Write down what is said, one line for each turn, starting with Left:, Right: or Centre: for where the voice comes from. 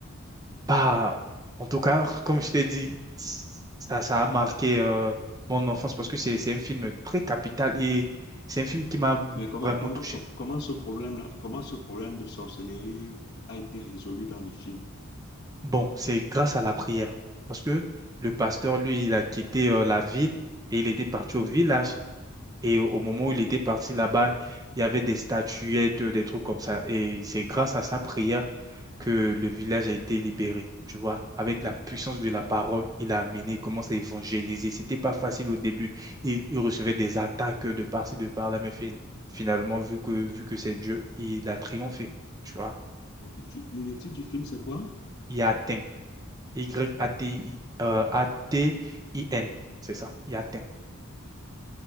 Right: Bah, en tout cas, comme je t'ai dit, ça, ça a marqué euh, mon enfance parce que c'est, c'est un film très capital et c'est un film qui m'a
Left: Mais comment,
Right: vraiment
Left: comment,
Right: touché.
Left: co- comment ce problème-là, comment ce problème de sorcellerie a été résolu dans le film?
Right: Bon, c'est grâce à la prière parce que le pasteur, lui, il a quitté euh, la ville et il était parti au village.
Left: Mhm.
Right: Et au au moment
Left: Ok.
Right: où il était parti là-bas, il y avait des statuettes, euh, des trucs comme ça. Et c'est grâce à sa prière que le village a été libéré. Tu vois, avec la puissance de
Left: Ok.
Right: la parole, il a amené, il commence à évangéliser. C'était pas facile au début. Il, il recevait des attaques de par-ci, de par-là, mais fi- finalement, vu que, vu que c'est Dieu, il a triomphé. Tu vois,
Left: Ok. Tu- le le titre du film, c'est quoi?
Right: il a atteint. Y-A-T-I, euh, A-T-I-N, c'est ça, il a atteint.